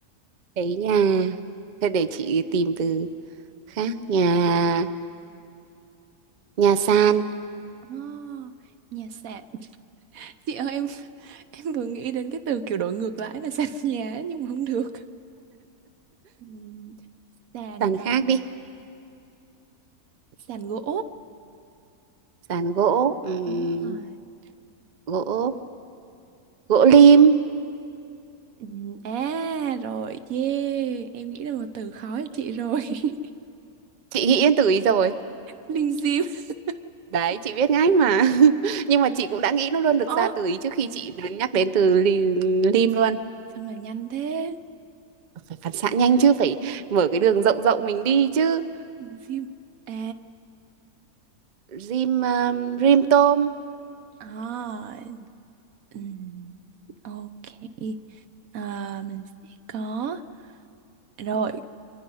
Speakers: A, on the right; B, on the right.
A: cháy nhà thế để chị tìm từ khác nhà nhà sàn
B: à, nhà sàn chị ơi em em vừa nghĩ đến cái từ kiểu đổi ngược lại là sàn nhà ấy, nhưng mà không được Ừm, sàn
A: sàn
B: ờ,
A: khác đi
B: sàn gỗ
A: sàn gỗ ừm,
B: đúng rồi
A: gỗ gỗ lim
B: Ừ, À rồi yeah Em nghĩ là một từ khó cho chị rồi <laughs>
A: chị nghĩ đến từ ý rồi
B: Linh Diêm <laughs>
A: đấy chị biết ngay mà <laughs> nhưng mà chị cũng đã nghĩ nó luôn được
B: Ơ
A: ra từ ý trước khi chị đã nhắc đến từ li, lim luôn
B: sao mà nhanh thế
A: Phải phản xạ nhanh chứ phải mở cái đường rộng rộng mình đi chứ.
B: Linh Diêm À
A: Rim um, rim tôm.
B: À, ừm, ok. À, mình sẽ có rồi